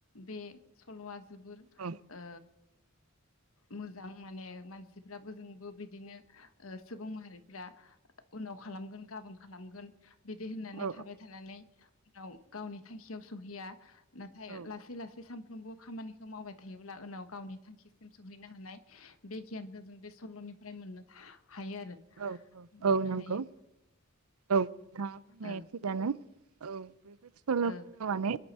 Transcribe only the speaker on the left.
बे सल'आ जोबोर
ओ मोजां माने मानसिफ्राबो जोंबो बिदिनो ओ सुबुं माहारिफ्रा उनाव खालामगोन गाबोन खालामगोन बिदि होननानै
थाबाय थानानै उनाव गावनि थांखियाव सहैया नाथाय
लासै लासै साम फ्रोमबो खामानिखौ मावबाय थायोब्ला उनाव गावनि थांखिसिम सहैनो हानाय बे गियानखौ जों बे सल'निफ्राय मोननो हायो आरो
मोननो
हायो
ओ
ओ